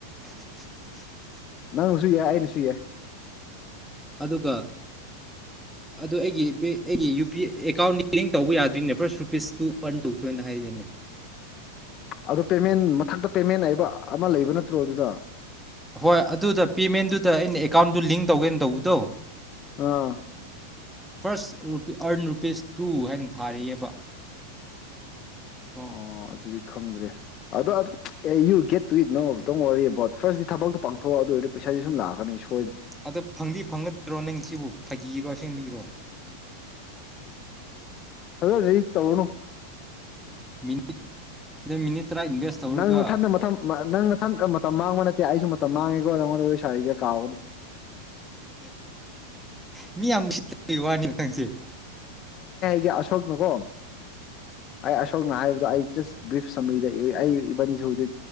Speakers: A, in the centre; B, on the left.
A: ꯁꯠ ꯁꯠ <inaudible>
B: ꯅꯪꯅꯁꯨ ꯌꯥꯏ ꯑꯩꯅꯁꯨ ꯌꯥꯏ
A: ꯑꯗꯨꯒ ꯑꯗꯨ ꯑꯩꯒꯤ ꯑꯩꯒꯤ ꯌꯨ ꯄꯤ ꯑꯦꯀꯥꯎꯟꯒꯤ ꯂꯡ ꯇꯧꯕ ꯌꯥꯗ꯭ꯔꯤꯅꯦ ꯐꯥꯔꯁ ꯔꯨꯄꯤꯁꯇꯨ ꯑꯔꯟ ꯇꯧꯈꯤꯕꯣꯅ ꯍꯥꯏꯔꯛꯑꯦꯅꯦ
B: ꯑꯗꯨ ꯄꯦꯃꯦꯟ ꯃꯊꯛꯇ ꯄꯦꯃꯦꯟ ꯍꯥꯏꯕ ꯑꯃ ꯂꯩꯕ ꯅꯠꯇ꯭ꯔꯣ ꯑꯗꯨꯗ
A: ꯍꯣꯏ ꯑꯗꯨꯗ ꯄꯦꯃꯦꯟꯗꯨꯗ ꯑꯩꯅ ꯑꯦꯀꯥꯎꯟꯗꯨ ꯂꯤꯡ ꯇꯧꯒꯦꯅ ꯇꯧꯕꯗꯣ
B: ꯑꯥ
A: ꯐꯥꯔꯁ ꯑꯔꯟ ꯔꯨꯄꯤꯁ ꯇꯨ ꯍꯥꯏꯅ ꯊꯥꯔꯤꯑꯕ ꯁ
B: ꯑꯣ ꯑꯗꯨꯗꯤ ꯈꯪꯗ꯭ꯔꯦ ꯑꯗꯣ ꯑꯦ ꯌꯨ ꯒꯦꯠ ꯇꯨ ꯏꯠ ꯅꯪꯇꯪ ꯋꯥꯔꯤ ꯑꯦꯕꯥꯎꯠ ꯐꯥꯔꯁꯤ ꯊꯕꯛꯇꯣ ꯄꯥꯡꯊꯣꯛꯑꯣ ꯑꯗꯨ ꯑꯣꯏꯔꯗꯤ ꯄꯩꯁꯥꯗꯤ ꯁꯨꯝ ꯂꯑꯀꯅꯤ ꯁ
A: ꯑꯗꯣ ꯐꯪꯗꯤ ꯐꯪꯒꯗ꯭ꯔꯣ ꯅꯪ ꯁꯤꯕꯨ ꯐꯥꯒꯤꯔꯣꯁꯦꯡꯕꯤꯔꯣ
B: ꯐꯗꯣ ꯇꯧꯅ
A: ꯃꯤꯅꯤꯠ ꯁꯤꯗ ꯃꯤꯅꯤꯠ ꯇꯔꯥ ꯏꯟꯚꯦꯁ ꯇꯧꯔꯒ
B: ꯅꯪꯅ ꯊꯟꯗ ꯃꯇꯝ ꯅꯪꯅ ꯊꯟꯗ ꯃꯇꯝ ꯃꯥꯡꯕꯅ ꯇꯦ ꯑꯩꯁꯨ ꯃꯇꯝ ꯃꯥꯡꯉꯦꯣ ꯑꯣꯥꯉꯣꯟꯗ ꯑꯣꯏꯣꯏ ꯁꯥꯔꯤꯁꯦ ꯀꯥꯎꯒꯅꯨ
A: ꯃꯤ ꯌꯥꯝ ꯨ ꯁꯤꯠꯇ ꯋꯥꯅꯤ ꯃꯇꯥꯡꯁꯦ
B: ꯑꯁꯣꯛ ꯅꯀꯣ ꯑ ꯑꯁ ꯍꯥꯏꯁꯐ ꯁꯤꯗ ꯑꯩꯕꯅꯤꯁꯤꯗ